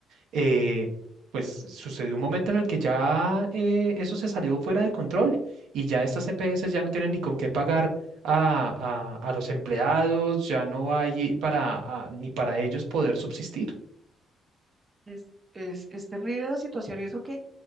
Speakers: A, on the right (about 85°); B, on the right (about 30°).
A: eh, pues sucedió un momento en el que ya eh, eso se salió fuera de control y ya estas EPS ya no tienen ni con qué pagar a, a- a los empleados, ya no hay para, a- ni para ellos poder subsistir.
B: es, es, es terrible la situación y eso que,